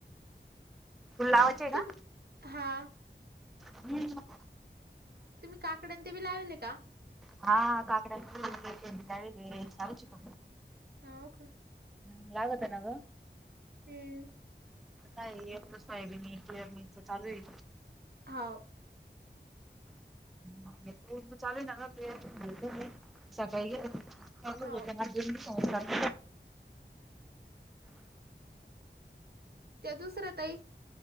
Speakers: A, in the centre; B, on the right.
A: तुला लावाचे आहे
B: तुम्ही
A: का?
B: हा
A: हम्म
B: तुम्ही काकड्या न ते बी लावले का?
A: हा काकड्याे सार <unintelligible> चिक
B: हाव का
A: ह लागत नाग.
B: हम्म
A: नाही एच फय बीरीच चालू आहे.
B: हो
A: <inaudible> चालेल न ग प्रिया सकाळी गेले तर. <unintelligible>
B: हाव
A: संस्कार
B: त्या दुसऱ्या ताई.